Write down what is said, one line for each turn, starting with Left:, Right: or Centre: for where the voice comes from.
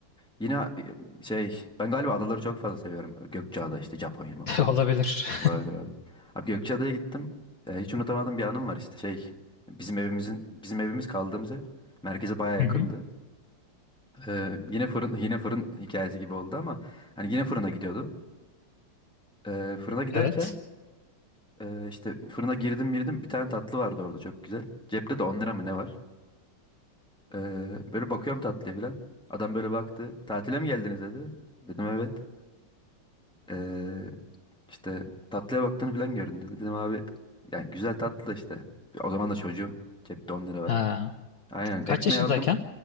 Centre: Yine e, şey ben galiba adaları çok fazla seviyorum. Gökçeada işte Japonya, Japonya.
Left: <laughs> Olabilir.
Centre: Olabilir abi. Abi Gökçeada'ya gittim. E, hiç unutamadığım bir anım var işte şey. Bizim evimizin bizim evimiz kaldığımız ev merkeze baya yakındı.
Left: Hı hı.
Centre: E, yine fırın <laughs> yine fırın hikayesi gibi oldu ama hani yine fırına gidiyordum. E, fırına giderken
Left: Evet.
Centre: e, işte fırına girdim girdim bir tane tatlı vardı orada çok güzel. Cepte de 10 lira mı ne var? E, böyle bakıyorum tatlıya falan. Adam böyle baktı. Tatile mi geldiniz dedi. Dedim evet. Ee, İşte tatlıya baktığını falan göründü. Dedim abi yani güzel tatlı da işte. O zaman da çocuğum. Cepte 10 lira var.
Left: Ha.
Centre: Aynen
Left: Kaç
Centre: ekmeği
Left: yaşındayken?
Centre: aldım.